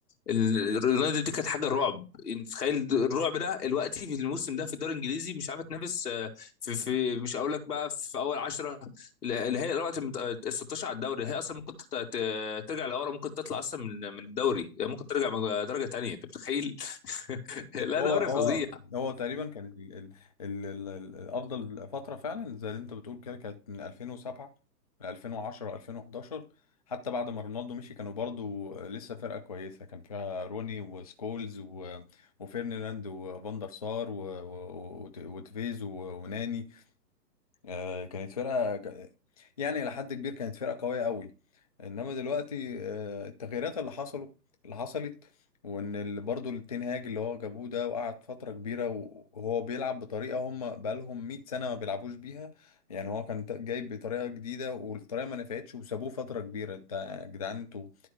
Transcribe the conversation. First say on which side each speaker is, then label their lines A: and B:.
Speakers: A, on the left (about 65°); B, on the left (about 25°).
A: ال- اليونايتد دي كانت حاجه رعب انت تخيل د- الرعب ده دلوقتي في الموسم ده في الدوري الانجليزي مش عارفه تنافس آه، في, في مش هقول لك بقى في اول 10 اللي هي الوقت المت- ال 16 على الدوري هي اصلا ممكن تت- ت- ترجع لورا ممكن تطلع اصلا من من الدوري ممكن ترجع مج- درجه تانيه انت متخيل <laughs> لا
B: هو
A: دوري
B: هو
A: فظيع
B: هو تقريبا كانت ال ال ال ال ال- افضل فتره فعلا زي اللي انت بتقول كده كانت من 2007 ل 2010 2011 حتى بعد ما رونالدو مشي كانوا برضو لسه فرقه كويسه كان فيها روني وسكولز و- وفيرناند وفاندر سار و- و- وت- وتيفيز و- وناني آه، كانت فرقة ج- يعني إلى حد كبير كانت فرقة قوية قوي إنما دلوقتي آه، التغييرات اللي حصلوا اللي حصلت وإن ال- برضو التنهاج اللي هو جابوه ده وقعد فترة كبيرة و- وهو بيلعب بطريقة هم بقالهم 100 سنة ما بيلعبوش بيها يعني هو كان ت- جايب بطريقة جديدة والطريقة ما نفعتش وسابوه فترة كبيرة أنت يا جدعان أنتوا